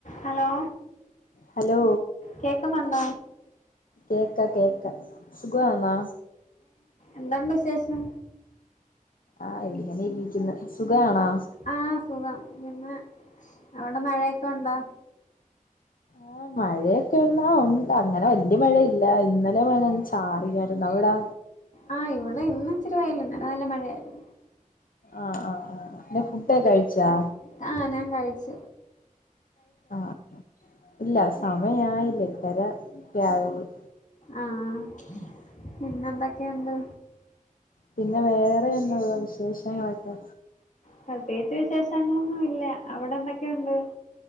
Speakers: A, on the left; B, on the left.
A: ഹലോ
B: ഹലോ
A: കേക്കുന്നുണ്ടോ
B: കേക്ക കേക്ക സുഖമാ
A: എന്താണ്ട വിശേഷം
B: ആഹ് എവിടിക്കനെ ഇവിക്കുന്നത് സുഖ ആണോ
A: ആഹ സുഖം പിന്നെ അവിടെ മഴയൊക്കെ ഉണ്ടോ
B: ആ് മഴയൊക്കെ ഒന്നാ ഉണ്ട് അങ്ങനെ വല്യ മഴയില്ല ഇന്നലെ മഴ ഞ ചാറിയരുന്നു അവ കുത്ത
A: ആഹ് ഇവിടെ ഇന്ന ഇച്ചിരി വയല ഇന്നല്ലെ നല്ല മഴയായിരുന്നു
B: ആഹ് ആഹ് ആഹ് പിന്നെ ഫുഡൊക്കെ
A: ഉ
B: കഴിച്ചാ
A: ആഹ ഞാൻ കഴിച്ച
B: ആഹ ഇല്ല സമയായില്ല ഇട്ടര വ്യഴമുള്ളു
A: ആഹ പിന്നെ എന്തൊക്കെയുണ്ട്
B: പിന്നെ വേറെ എന്താ വിശേഷങ്ങളട്ടോ
A: പ്രത്യേകിച്ച് വിശേഷങ്ങളൊന്നും ഇല്ല അവിടെ എന്തൊക്കെയുണ്ട്